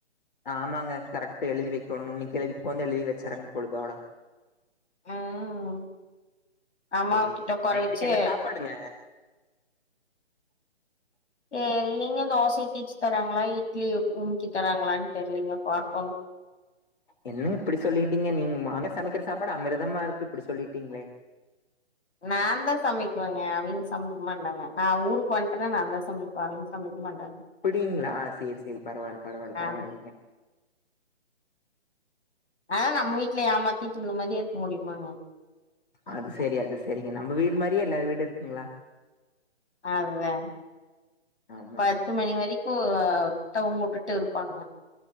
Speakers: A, on the left (about 45°); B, on the left (about 75°).
A: ஆமாங்க கரெக்ட்டா எழுதி வெக்கொணுங் இன்னிக்கு எழ் உக்காந்து எழுதி வச்சுறங்க பொழுதோட
B: ம் அம்மாவ
A: சேரி
B: கிட்ட உக்கார
A: நைட்டுக்
B: வச்சு
A: என்ன சாப்பாடுங்க
B: ஏ இல்லீங்க தோசைய தீச்சி தராங்ளா இட்லிய உமிக்கி தராங்ளான் தெர்லீங்க பாக்கொணு
A: என்னங் இப்டி சொல்லிட்டீங்க நீங்க மாமியார் சமைக்கிற சாப்பாடு அமிர்தமா இருக்கு இப்டி சொல்லிட்டீங்ளே
B: நாந்தா சமைக்குவங்க அவிங்க சமைக்க மாட்டாங்க நா ஊர்க்கு வன்ட்டனா நாந்தா சமைக் ப அவிங் சமைக் மாட்டாங்க
A: அப்டீங்ளா செரி செரி பரவால்ல பரவால்ல
B: ஆ
A: பரவால்லிங்க
B: ஆ நம்ம வீட்ல ஏமாத்திட்டுருந்த மாரியே இருக்க முடியுமாங்க
A: அது செரி அது செரிங்க நம்ப வீடு மாரியே எல்லார் வீடு இருக்குங்ளா
B: அதா
A: ஆமாங்க
B: பத்து மணி வரிக்கு தூங்கவுட்டுட்டு இருப்பாங்க